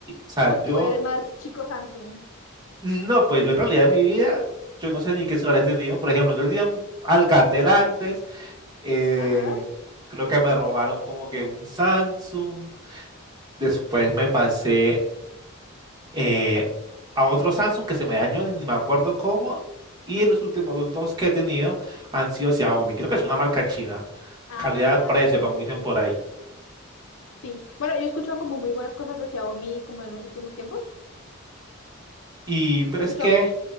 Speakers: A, on the right; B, on the left.
A: o sea,
B: O tú
A: yo,
B: eres más chico Samsung.
A: no, pues yo en realidad en mi vida, yo no sé ni qué celular he tenido. Por ejemplo, yo tenía un Alcatel antes, eh,
B: Ajá,
A: creo
B: sí.
A: que me robaron como que un Samsung, después me pasé eh, a otro Samsung que se me dañó, ni me acuerdo cómo, y los últimos dos, dos que he tenido han sido Xiaomi, creo que es una marca china,
B: Ah,
A: calidad-precio,
B: Xiaomi.
A: como dicen por ahí.
B: Sí. Bueno, yo he escuchado como muy buenas cosas de Xiaomi como en los últimos tiempos.
A: Y, pero
B: He escuchado,
A: es que